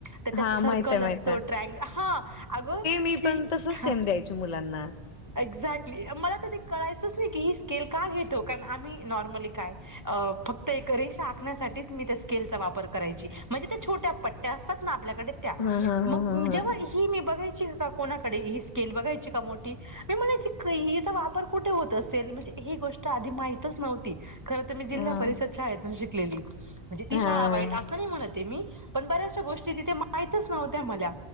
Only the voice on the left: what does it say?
हा
माहित आहे माहित
आहे
मी
पण तसच
सेम द्यायचे ते मुलांना
हा हा हा
हा
हा
हा
हा